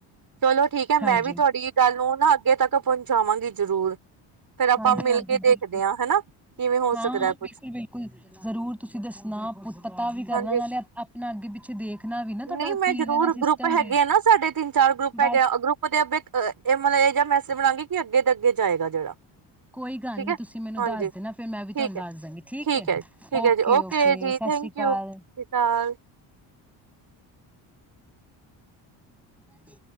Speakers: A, on the right (about 45°); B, in the centre.
A: ਚਲੋ ਠੀਕ ਹੈ
B: ਹਾਂਜੀ
A: ਮੈਂ ਵੀ ਤੁਹਾਡੀ ਗੱਲ ਨੂੰ ਨਾ ਅੱਗੇ ਤੱਕ ਪਹੁੰਚਾਵਾਂਗੀ ਜ਼ਰੂਰ ਫੇਰ ਆਪਾਂ
B: ਹਾਂਜੀ-ਹਾਂਜੀ
A: ਮਿਲ ਕੇ ਦੇਖਦੇ
B: ਬਿਲਕੁਲ
A: ਹਾਂ ਹਨਾ ਕਿਵੇਂ ਹੋ
B: ਹਾਂ-ਹਾਂ
A: ਸਕਦਾ ਕੁਛ
B: ਬਿਲਕੁਲ-ਬਿਲਕੁਲ ਜ਼ਰੂਰ ਤੁਸੀਂ ਦੱਸਣਾ ਪੁ ਪਤਾ ਵੀ ਕਰਨਾ
A: ਹਾਂਜੀ
B: ਨਾਲੇ ਆਪਣਾ ਅੱਗੇ ਪਿੱਛੇ ਦੇਖਣਾ ਵੀ ਨਾ ਤੁਹਾਡਾ
A: ਨਹੀਂ ਮੈਂ
B: ਕਿਵੇਂ
A: ਜ਼ਰੂਰ
B: ਦਾ ਸਿਸਟਮ
A: ਗਰੁੱਪ ਹੈਗੇ
B: ਹੈ
A: ਆ ਨਾ ਸਾਡੇ ਤਿੰਨ ਚਾਰ ਗਰੁੱਪ
B: ਬਸ
A: ਹੈਗੇ ਆ ਗਰੁੱਪ ਦੇ ਆਗੇ ਮਤਲਬ ਏ ਜਿਆ ਮੈਸੇਜ ਬਣਾਂਗੀ ਕੀ ਅੱਗੇ ਦੇ ਅਗੇ ਗਿਰ ਜਾਏਗਾ ਜਿਹੜਾ
B: ਕੋਈ ਗੱਲ
A: ਠੀਕ
B: ਨੀ
A: ਹੈ
B: ਤੁਸੀਂ ਮੈਨੂੰ
A: ਹਾਂਜੀ
B: ਦੱਸ ਦੇ ਨਾ ਫਿਰ ਮੈਂ
A: ਠੀਕ
B: ਵੀ ਤੁਹਾਨੂੰ
A: ਹੈ
B: ਦੱਸ ਦਾਂਗੀ ਠੀਕ ਹੈ
A: ਠੀਕ
B: ਓਕੇ-ਓਕੇ
A: ਹੈ ਜੀ ਓਕੇ ਜੀ ਥੈਂਕ
B: ਸਤ ਸ੍ਰੀ ਅਕਾਲ
A: ਯੂ ਸਤਿ ਸ਼੍ਰੀ ਅਕਾਲ
B: ਨਾ ਤੀ